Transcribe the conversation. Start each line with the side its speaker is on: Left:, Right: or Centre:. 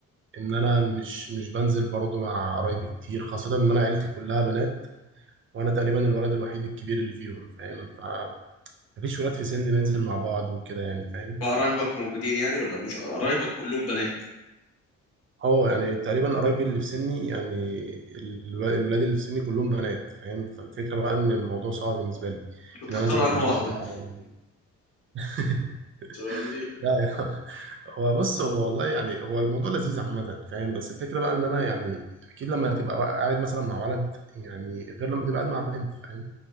Right: إن أنا مش مش بنزل برضو مع قرايبي كتير خاصة إن أنا عيلتي كلها بنات وأنا تقريبا الولد الوحيد الكبير اللي فيهم فاهم فمفيش ولاد في سني ننزل مع بعض وكده يعني فاهم
Left: قرايبك موجودين يعني ولا مش قرايبك كلهم بنات
Right: اه يعني تقريبا قرايبي اللي في سني يعني الو- الولاد اللي في سني كلهم بنات فاهم فالفكرة بقى ان الموضوع صعب بالنسبة لي
Left: بتختار
Right: ان انا انزل مع
Left: انهي
Right: بنات
Left: واحده
Right: بقى و- <laughs>
Left: طب دي
Right: لا يا عم. هو بص هو والله يعني هو الموضوع لذيذ عامة فاهم بس الفكرة بقى ان انا يعني اكيد لما تبقى قاعد مثلا مع ولد يعني غير لما تبقى قاعد مع بنت فاهم